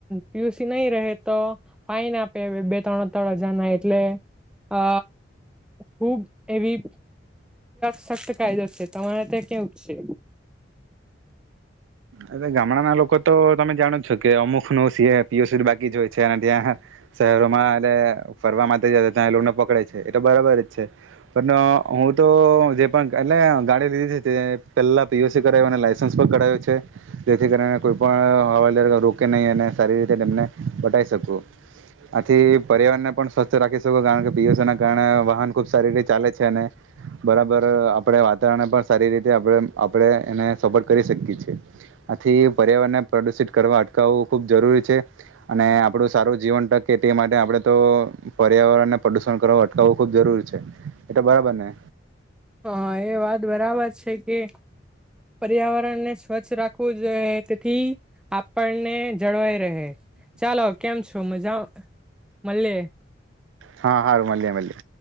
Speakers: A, in the centre; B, on the right.
A: પીયુસી નહી રહે તો ફાઈન આપે બે ત્રણ ત્રણ હજાર ના એટલે અ ખુબ એવી સખત કાયદો છે તમારે ત્યાં કેવ છે
B: અ ગામડાના લોકો તો તમે જાણો જ છો કે અમુક નો સી પીઓસી બાકી જ હોય છે અને ત્યાં શહેરોમાં એટ ફરવા માટે જાય ત્યાં એ લોકોને પકડે છે એ તો બરાબર જ છે પણ હું તો જે પણ એટલે ગાડી લીધી છે તે પેલા પીઓસી કરાવું અને લાયસન્સ પણ કરાવું છે જેથી કરીને કોઈ પણ હવા રોકે નહી, અને સારી રીતે એને વટાઈ શકું. આથી, પર્યાવરણને પણ સ્વસ્થ રાખી શકુ. કારણ કે, પીયુસીને કારણે વાહન ખુબ સારી રીતે ચાલે છે. અને બરાબર. ર આપડે વાતાવરણ પણ, સારી રીતે આપડે, આપડે એને સપોર્ટ કરી શકીએ છે. આથી, પર્યાવરણને પ્રદુષિત કરવા અટકાવવું ખુબ જરૂરી છે અને આપડું સારું જીવન ટકે તે માટે આપડે તો પર્યાવરણને પ્રદુષણ કરવા અટકાવવું ખુબ જરૂરી છે, એટલે બરાબર ને
A: હા, એ વાત બરાબર છે કે પર્યાવરણ ને સ્વચ્છ રાખવું જોઈએ, તેથી, આપણને જળવાઈ રેહ. હ, ચાલો, કેમ છો, મજા મલીયે.
B: હા, હારૂ મલીએ મલીએ.